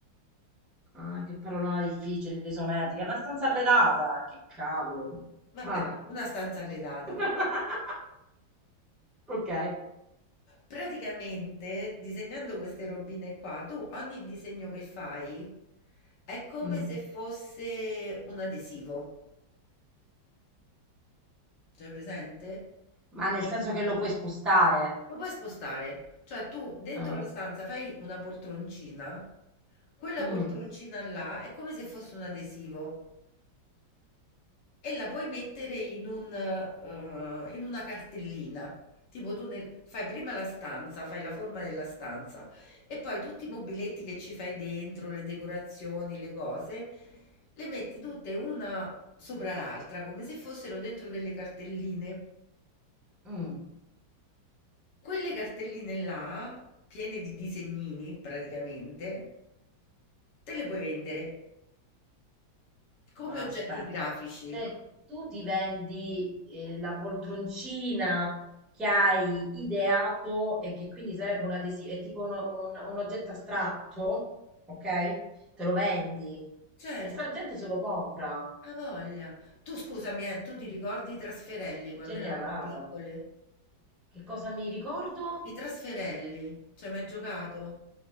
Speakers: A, in the centre; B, on the left.
A: ah, che parolona difficile, isometrica. È una stanza arredata. Che cavolo.
B: vabbè,
A: Vabbè.
B: una stanza arredata.
A: <laughs> Ok.
B: Praticamente, disegnando queste robine qua, tu ogni disegno che fai è come
A: Mm.
B: se fosse un adesivo. C'hai presente?
A: Ma nel senso che lo puoi spostare.
B: Lo puoi spostare, cioè tu dentro
A: Ah,
B: la stanza fai una poltroncina, quella
A: Mm,
B: poltroncina là è come se fosse un adesivo. e la puoi mettere in un, eh, in una cartellina. Tipo tu nel- fai prima la stanza, fai la forma della stanza e poi tutti i mobiletti che ci fai dentro, le decorazioni, le cose, le metti tutte una sopra l'altra, come se fossero dentro delle cartelline.
A: mm.
B: Quelle cartelline là, piene di disegnini praticamente, te le puoi vendere come
A: No,
B: oggetti
A: aspetta.
B: grafici.
A: Cioè, tu ti vendi eh, la poltroncina che hai ideato e che quindi sarebbe un adesivo, è tipo uno- un, un oggetto astratto, ok? Te lo vendi
B: Certo.
A: e sta gente se lo compra.
B: A' voglia. Tu scusami, eh, tu ti ricordi i trasferelli
A: Che
B: quando
A: genialata.
B: eravamo piccole?
A: Che cosa mi ricordo?
B: I trasferelli, ci hai mai giocato?